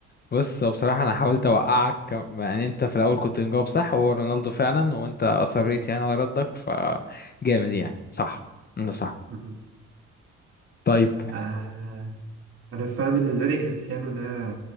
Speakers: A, on the left (about 35°); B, on the right (about 50°).
A: بص هو بصراحة أنا حاولت أوقعك كم- يعني أنت في الأول كنت مجاوب صح وهو رونالدو فعلا وأنت أصريت يعني على ردك فجامد يعني صح أنت صح
B: <laughs>
A: طيب
B: آه أنا الصراحة بالنسبة لي كريستيانو ده